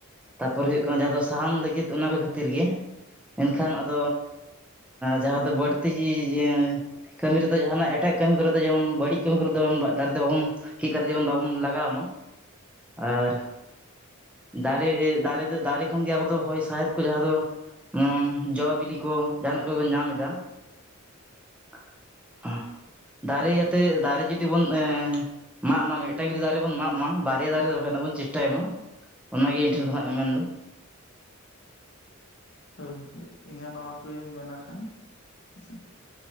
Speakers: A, in the centre; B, on the left.
A: ᱛᱟᱯᱚᱨᱮ ᱦᱩᱭᱩᱜ ᱠᱟᱱᱟ ᱡᱟᱦᱟᱸ ᱫᱚ ᱥᱟᱦᱟᱱ ᱞᱟᱹᱜᱤᱫ ᱚᱱᱟ ᱠᱚ ᱠᱷᱟᱹᱛᱤᱨ ᱜᱮ ᱾ ᱢᱮᱱᱠᱷᱟᱱ ᱟᱫ ᱡᱟᱦᱟᱸ ᱫᱚ ᱵᱟᱹᱲᱛᱤ ᱡᱤ ᱡᱮᱸ ᱠᱟᱹᱢᱤ ᱨᱮᱫᱚ ᱡᱟᱦᱟᱱᱟᱜ ᱮᱴᱟᱜ ᱠᱟᱹᱢᱤ ᱠᱚᱨᱮ ᱫᱚ ᱡᱮᱢᱚᱱ ᱵᱟᱹᱲᱤᱡ ᱠᱟᱹᱢᱤ ᱠᱚᱨᱮ ᱫᱚ ᱫᱟᱨᱮ ᱫᱚ ᱵᱟᱵᱚᱱ ᱠᱮᱫ ᱠᱟᱛᱮ ᱡᱮᱢᱚᱱ ᱵᱟᱵᱚᱱ ᱞᱟᱜᱟᱣ ᱢᱟ ᱾ ᱟᱨ ᱫᱟᱨᱮ ᱫᱟᱨᱮ ᱫᱚ ᱫᱟᱨᱮ ᱠᱷᱚᱱᱜᱮ ᱟᱵᱚ ᱫᱚ ᱦᱚᱭ ᱥᱟᱦᱮᱸᱫ ᱠᱚ ᱡᱟᱦᱟᱸ ᱫᱚ ᱩᱸ ᱡᱚ ᱵᱤᱞᱤ ᱠᱚ ᱡᱟᱦᱟᱱᱟᱜ ᱠᱚᱵᱮᱱ ᱧᱟᱢ ᱮᱫᱟ ᱾ <unintelligible> ᱫᱟᱨᱮ ᱡᱟᱛᱮ ᱫᱟᱨᱮ ᱡᱩᱫᱤ ᱵᱚᱱ ᱮᱸ ᱢᱟᱜ ᱢᱟ ᱢᱤᱫᱴᱟᱝ ᱡᱩᱫᱤ ᱫᱟᱨᱮ ᱵᱚᱱ ᱢᱟᱜ ᱢᱟ ᱵᱟᱨᱭᱟ ᱫᱟᱨᱮ ᱨᱚᱦᱚᱭ ᱨᱮᱱᱟᱜ ᱵᱚᱱ ᱪᱮᱥᱴᱟᱭ ᱢᱟ ᱾ ᱚᱱᱟᱜᱮ ᱤᱧ ᱴᱷᱮᱱ ᱠᱷᱚᱱᱟᱜ ᱢᱮ ᱢᱮᱱᱫᱚ ᱾
B: ᱦᱳᱭ ᱦᱳᱭ ᱤᱧ ᱦᱚᱸ ᱱᱚᱣᱟ ᱠᱚᱧ ᱢᱮᱱᱟ ᱠᱷᱟᱱ ᱦᱮᱸᱥᱮ ᱾